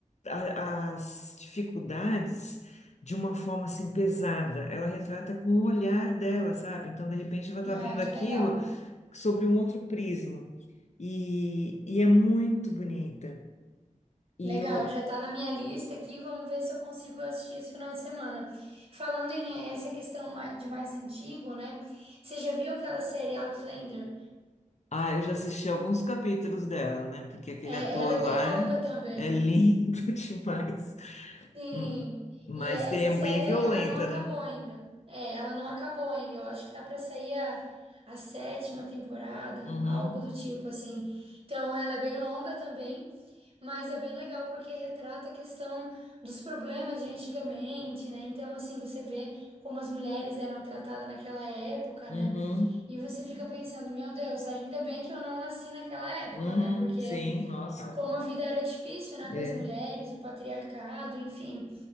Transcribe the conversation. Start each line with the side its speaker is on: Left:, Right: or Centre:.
Left: a- as dificuldades de uma forma, assim, pesada. Ela retrata com o olhar dela, sabe? Então, de repente, ela tá
Right: Ah,
Left: vendo aquilo
Right: que legal.
Left: sobre um outro prisma. E, e é muito bonita. E
Right: Legal,
Left: eu,
Right: já tá na minha lista aqui, vamos ver se eu consigo assistir esse final de semana. Falando em essa questão ma- de mais antigo, né? Você já viu aquela série Outlander?
Left: ah, eu já assisti alguns capítulos dela, né? Porque aquele
Right: É,
Left: ator
Right: ela é bem
Left: lá
Right: longa
Left: é,
Right: também.
Left: é lindo <laughs> demais.
Right: Sim,
Left: Hum, Mas
Right: e é-
Left: tem,
Right: essa
Left: é
Right: série
Left: bem
Right: ela
Left: violenta,
Right: não acabou
Left: né?
Right: ainda. É, ela não acabou ainda. Eu acho que tá pra sair a, a sétima temporada,
Left: Uhum,
Right: algo do tipo assim. Então ela é bem longa também, mas é bem legal porque retrata a questão dos problemas de antigamente, né? Então assim, você vê como as mulheres eram tratadas naquela época,
Left: uhum,
Right: né? E você fica pensando, meu Deus, ainda bem que eu não nasci naquela época,
Left: uhum,
Right: né? Porque
Left: sim, nossa.
Right: como a vida era difícil, né,
Left: É,
Right: para as mulheres, o patriarcado, enfim.